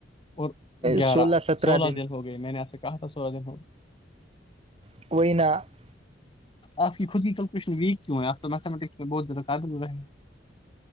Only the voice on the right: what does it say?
سولہ سترہ
<inaudible> <inaudible>